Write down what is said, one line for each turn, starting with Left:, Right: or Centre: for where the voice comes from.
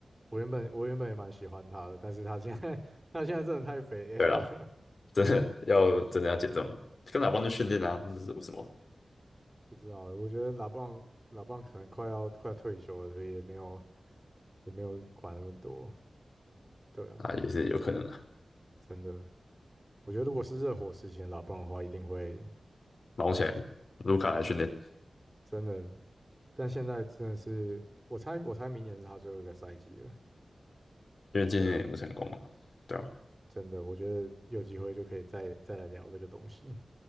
Right: 我原本我原本也蛮喜欢他的，但是他现在 <laughs> 他现在真的太肥了，
Left: 对啦，真的要真的要减重了，跟老邦去训练啊，那是为什么
Right: <laughs> 不知道。我觉得老棒老棒可能快要快要退休了，所以也没有也没有管那么多。对啊，
Left: 啊？也是有可能的。
Right: 真的，我觉得如果是热火时期的拉布朗的话，一定会
Left: 忙起来，卢卡来训练，
Right: 嗯真的但现在真的是，我猜我猜明年是他最后一个赛季了，
Left: 因为今年也不成功嘛，
Right: 对啊，
Left: 对吧
Right: 真的，我觉得有机会就可以再再来聊这个东西。